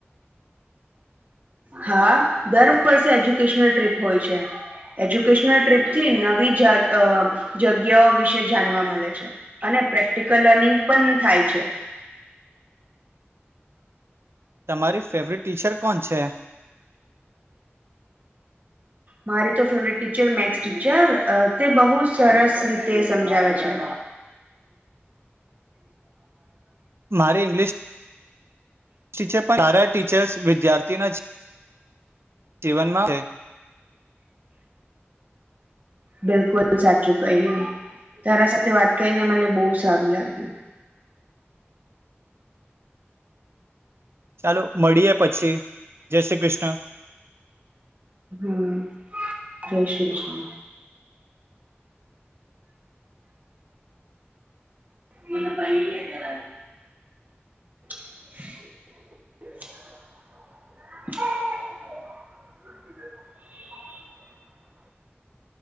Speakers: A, on the right (about 40°); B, on the right (about 70°).
A: હા દર વર્ષે એજ્યુકેશનલ ટ્રીપ હોય છે એજ્યુકેશનલ ટ્રીપ થી નવી જગ્યાઓ વિશે જાણવા મળે છે અને પ્રેક્ટિકલ લર્નિંગ પણ થાય છે
B: તમારી ફેવરિટ ટીચર કોણ છે
A: મારી તો ફેવરેટ ટીચર મેક્સ ટીચર તે બહુ સરસ રીતે સમજાવે છે <inaudible>
B: મારે ઇંગ્લિશ પણ તારા ટીચર્સ વિદ્યાર્થીના જીવનમાં છે
A: બિલકુલ સાચું કહ્યું તારા સાથે વાત કરીને મને બહુ સારું લાગ્યું
B: ચાલો મળીએે પછી જય શ્રી કૃષ્ણ
A: હમ જઈશ છે મ પૈ અ જવા <inaudible>